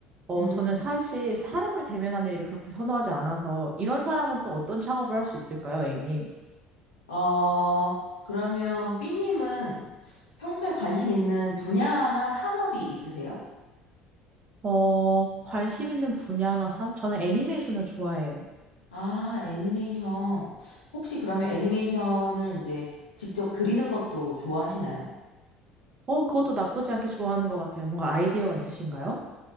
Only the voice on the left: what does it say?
음,
어, 그러면 삐님은 평소에 관심 있는 분야나 산업이 있으세요?
아, 애니메이션. 혹시 그러면 애니메이션을 이제 직접 그리는 것도 좋아하시나요?